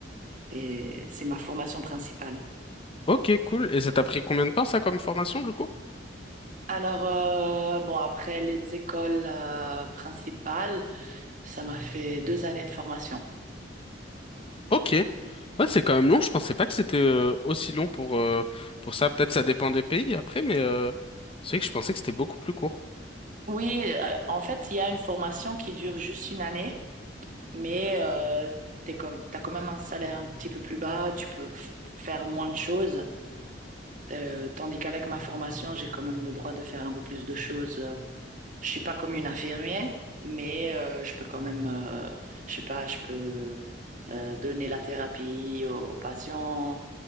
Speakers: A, on the right; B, on the left.
A: Et c'est ma formation principale.
B: ok, cool. Et ça t'a pris combien de temps ça comme formation du coup?
A: Alors euh, bon, après les écoles euh, principales, ça m'a fait deux années de formation.
B: Ok. Ouais, c'est quand même long. Je pensais pas que c'était euh, aussi long pour, euh, pour ça. Peut-être ça dépend des pays après, mais euh, c'est vrai que je pensais que c'était beaucoup plus court.
A: Oui, euh, en fait, il y a une formation qui dure juste une année, mais euh, t'es comme, t'as quand même un salaire un petit peu plus bas, tu peux f- faire moins de choses. Euh, tandis qu'avec ma formation, j'ai quand même le droit de faire un peu plus de choses. Euh, Je suis pas comme une infirmière, mais euh, je peux quand même, euh, je sais pas, je peux euh, donner la thérapie aux, aux patients.